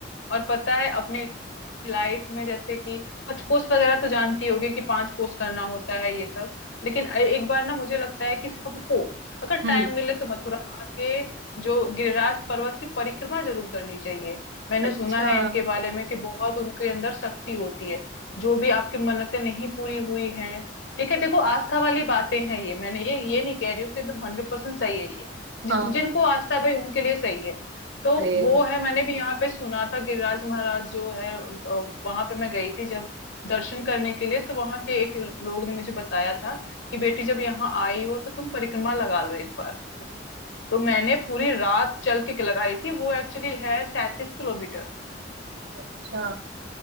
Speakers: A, on the left (about 75°); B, on the right (about 70°).
A: और पता है अपने लाइफ में जैसे कि कुछ कोर्स वगैरह तो जानती होगी कि पांच कोर्स करना होता है ये सब लेकिन ए- एक बार ना मुझे लगता है कि सबको अगर
B: हम्म
A: टाइम मिले तो मथुरा आके जो गिरिराज पर्वत की परिक्रमा जरूर करनी चाहिए मैंने
B: अच्छा
A: सुना है इनके बारे में कि बहुत उनके अंदर शक्ति होती है जो भी आपकी मन्नतें नहीं पूरी हुई हैं ठीक है देखो आस्था वाली बातें हैं ये मैंने ये ये नहीं कह रही हूँ कि एकदम हंड्रेड परसेंट सही है ये जिस
B: हाँ
A: जिनको आस्था है भाई उनके लिए सही है तो
B: फिर
A: वो है मैंने भी यहाँ पे सुना था गिरिराज महाराज जो है वहां पे मैं गई थी जब दर्शन करने के लिए तो वहां के एक लोग ने मुझे बताया था कि बेटी जब यहाँ आई हो तो तुम परिक्रमा लगा लो एक बार तो मैंने पूरी रात चल के लगाई थी वो एक्चुअली है सैंतीस किलोमीटर
B: अच्छा